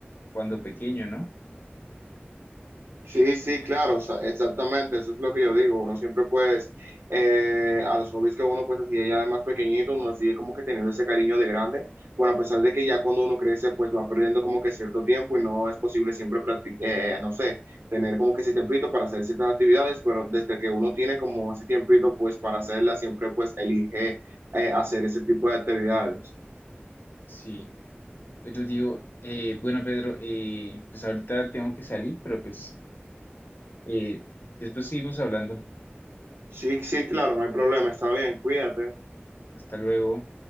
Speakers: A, on the left (about 55°); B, on the right (about 80°).
A: cuando pequeño, ¿no?
B: Sí, sí, claro, o sea, exactamente, eso es lo que yo digo, uno siempre pues, eh, a los hobbies que uno pues hacía ya de más pequeñito, uno sigue como que teniendo ese cariño de grande, bueno, a pesar de que ya cuando uno crece pues va perdiendo como que cierto tiempo y no es posible siempre practicar, no sé, tener como que ese tiempito para hacer ciertas actividades, pero desde que uno tiene como ese tiempito pues para hacerla, siempre pues elige eh, hacer ese tipo de actividades.
A: Sí. Bueno, digo, eh, bueno, Pedro, eh, pues ahorita tengo que salir, pero pues eh, después seguimos hablando.
B: Sí, sí, claro, no hay problema, está bien, cuídate.
A: Hasta luego.